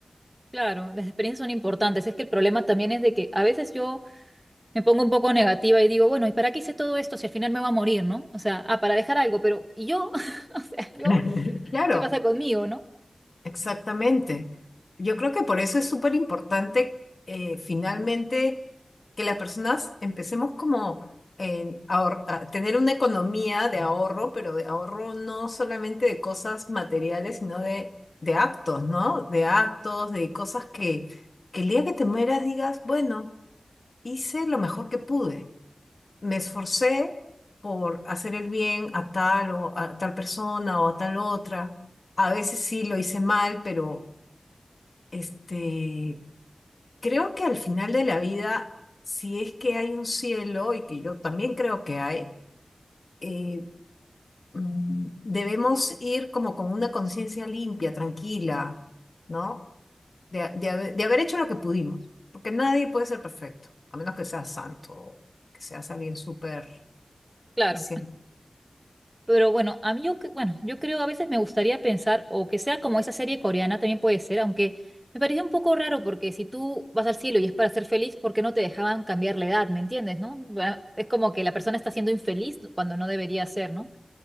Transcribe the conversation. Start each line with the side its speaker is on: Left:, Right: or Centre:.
Right: claro, las experiencias son importantes, es que el problema también es de que a veces yo... me pongo un poco negativa y digo, bueno, ¿y para qué hice todo esto si al final me voy a morir, ¿no? O sea, ah, para dejar algo, pero ¿y yo? <laughs> O sea, ¿yo?
Left: <laughs> Claro,
Right: ¿Qué pasa conmigo, no?
Left: exactamente. Yo creo que por eso es súper importante eh, finalmente que las personas empecemos como en ahor- a tener una economía de ahorro, pero de ahorro no solamente de cosas materiales, sino de, de actos, ¿no? De actos, de cosas que, que el día que te mueras digas, bueno, hice lo mejor que pude me esforcé por hacer el bien a tal o a tal persona o a tal otra. A veces sí lo hice mal, pero este, creo que al final de la vida, si es que hay un cielo, y que yo también creo que hay, eh, mm, debemos ir como con una conciencia limpia, tranquila, ¿no? De, de haber, de haber hecho lo que pudimos, porque nadie puede ser perfecto, a menos que sea santo, que seas alguien súper
Right: Claro.
Left: especial.
Right: Pero bueno, a mí yo, que- bueno, yo creo a veces me gustaría pensar, o que sea como esa serie coreana también puede ser, aunque me pareció un poco raro porque si tú vas al cielo y es para ser feliz, ¿por qué no te dejaban cambiar la edad, ¿me entiendes, no? Bueno, Es como que la persona está siendo infeliz cuando no debería ser, ¿no?